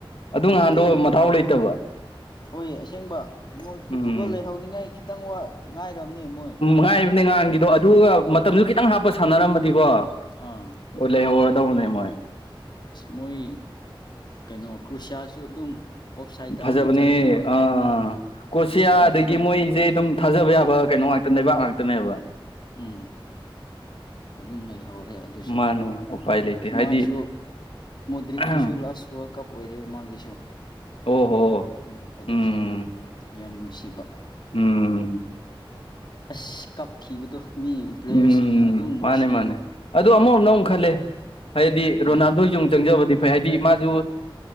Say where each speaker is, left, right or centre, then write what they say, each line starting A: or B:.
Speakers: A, on the left; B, on the left.
A: ꯑꯗꯨ ꯅꯍꯥꯟꯗꯣ
B: ꯑꯦ
A: ꯃꯗꯥꯎ ꯂꯩꯇꯕ
B: ꯍꯣꯏ ꯑꯁꯦꯡꯕ ꯃꯣꯏ ꯄꯨꯠꯇꯨꯒꯜ
A: ꯎꯝ
B: ꯂꯩꯍꯧꯅꯤꯉꯥꯏ ꯈꯤꯇꯪ ꯋꯥ ꯉꯥꯏꯔꯕꯅꯦ ꯃꯣꯏ
A: ꯉꯥꯏꯕꯅꯦ ꯉꯍꯥꯟꯒꯤꯗꯣ ꯑꯗꯨꯒ
B: ꯎꯝ
A: ꯃꯇꯝꯁꯨ ꯈꯤꯇꯪ ꯍꯥꯞꯄ ꯁꯥꯟꯅꯔꯝꯃꯗꯤꯀꯣ
B: ꯑꯥ
A: ꯎ ꯂꯩꯍꯧꯔꯗꯧꯅꯦ ꯃꯣꯏ
B: ꯃꯣꯏ ꯀꯩꯅꯣ ꯀ꯭ꯔꯨꯁꯤꯌꯥꯁꯨ ꯑꯗꯨꯝ ꯑꯣꯐ ꯁꯥꯏꯠꯇ
A: ꯐꯖꯕꯅꯦ
B: ꯑꯅꯤ ꯆꯜꯂꯦꯕ
A: ꯑꯥ ꯀꯣꯁꯤꯌꯥ
B: ꯈꯤꯇꯪ
A: ꯑꯗꯒꯤ
B: ꯈꯤꯇꯪ
A: ꯃꯣꯏꯁꯦ ꯑꯗꯨꯝ ꯊꯥꯖꯕ ꯌꯥꯕ ꯀꯩꯅꯣ ꯉꯥꯛꯇ ꯂꯩꯕꯥꯛ ꯉꯥꯛꯇꯅꯦꯕ
B: ꯎꯝ ꯑꯗꯨꯝ ꯂꯩꯍꯧꯔꯦ ꯑꯗꯨꯁꯨ
A: ꯃꯥꯅꯦ ꯎꯄꯥꯏ ꯂꯩꯇꯦ ꯍꯥꯏꯗꯤ
B: ꯃꯥꯁꯨ ꯃ‌ꯣꯗ꯭ꯔꯤꯛꯇꯨꯁꯨ
A: ꯑꯣ
B: ꯂꯥꯁ ꯋꯥꯔꯜ ꯀꯞ ꯑꯣꯏꯔꯦ ꯃꯥꯒꯤꯁꯨ
A: ꯑꯣ ꯍꯣ
B: ꯎꯝ ꯑꯗꯨꯁꯨ
A: ꯎꯝ
B: ꯌꯥꯝ ꯅꯨꯡꯁꯤꯕ
A: ꯎꯝ
B: ꯑꯁ ꯀꯞꯈꯤꯕꯗꯣ ꯃꯤ ꯄ꯭ꯂꯦꯌꯔꯁꯤꯡꯅ
A: ꯎꯝ
B: ꯑꯗꯨꯝ ꯅꯨꯡꯁꯤꯌꯦꯕ
A: ꯃꯥꯅꯦ ꯃꯥꯅꯦ ꯑꯗ‍ꯣ ꯑꯃꯔ‌ꯣꯝꯗ ꯃꯨꯛ ꯈꯜꯂꯦ ꯍꯥꯏꯗꯤ ꯔꯣꯅꯥꯜꯗꯣ
B: ꯎꯝ
A: ꯌꯨꯡ ꯆꯪꯖꯕꯗꯤ ꯐꯩ ꯍꯥꯏꯗꯤ ꯃꯥꯁꯨ